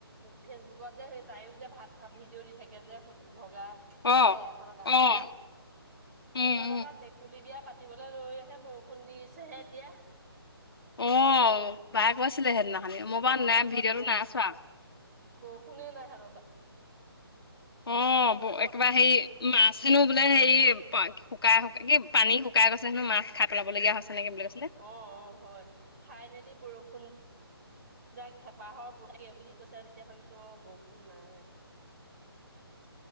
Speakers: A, on the right; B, on the left.
A: ফেচবুকত যে স তাইো যে ভাত খ ভিডিঅ' দি থাকে যে ভগা
B: অ',
A: বেয়া এখনৰ কাষত
B: অ',
A: যে,
B: উম,
A: সিহঁতৰ
B: উম।
A: তাত ভেকুলী বিয়া পাতিবলৈ লৈ ে বৰষুণ দিছেহে এতিয়া।
B: অ' বায়ে কৈছিলে সেইদিনাখনানি মোবাইল
A: অ',
B: নাই
A: সিহঁতৰ
B: ভিডিঅ'টো
A: তাত বৰ
B: নাই ছোৱা।
A: বৰষুণে নাই হ
B: অ'
A: মই
B: একেবাৰে হেৰি মাছেনো বোলে হেৰি শুকাইু কি পানী শুকাই গৈছে হেনো মাছ খাই পেলাব লগগীয়া হৈছে। নেকি বুলি কৈছিলে।
A: অ' অ' হয় ফাইনেলি বৰষুণ যাই হেঁপাহৰ বৰগী বুলি কৈছে আৰু তেতিয়া ভাবিছো অ' বৰষুণ নাই।
B: <inaudible>